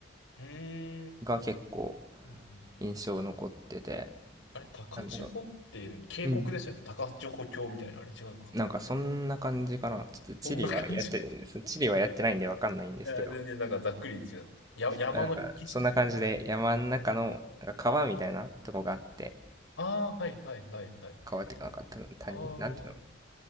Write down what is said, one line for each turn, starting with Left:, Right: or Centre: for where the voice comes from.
Left: うーん。
Right: が結構
Left: うんうん
Right: 印象残ってて
Left: あれ、高千穂って渓谷でしたっけ高千穂峡みたいな。
Right: なんだろううん
Left: あれ違うか。
Right: なんかそんな感じかなちょっと地理はやってそう地理はやってないんでわかんないんですけど、
Left: そんな感じ。<laughs> いや、全然なんかざっくりですよ。や、山の景色とかってこと。
Right: まあ、なんかそんな感じで山の中のなんか川みたいなとこがあって
Left: ああー、はいはいはいはい。
Right: 川っていうかなんかた谷なんていうの
Left: あ